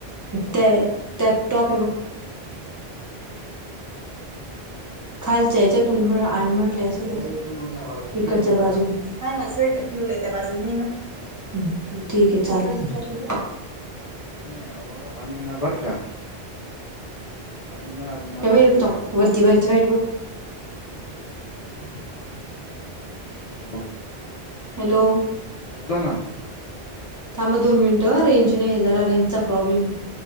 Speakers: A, on the right; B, on the left.
A: त्या, त्यात टॉप आहे बघ. खालच्या याच्यातून, आण म्हटलं असं काय. इकडच्या बाजून, हा, ना स्वेटर ठेवलंय त्या बाजूनी नाही ना. ठीक आहे चालते.
B: आव आम्ही ना बर का, आम्ही ना
A: <unintelligible>
B: मळ्यात गेलो होतो
A: <unintelligible>
B: हॅलो!
A: हॅलो?
B: बोला ना,
A: थांबा दोन मिनिटं, रेंज नाही आहे. जरा रेंजचा प्रॉब्लेम आहे.